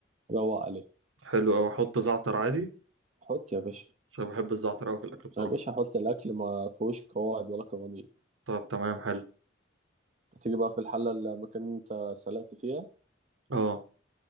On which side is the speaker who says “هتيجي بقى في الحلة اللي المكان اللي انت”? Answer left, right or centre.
Right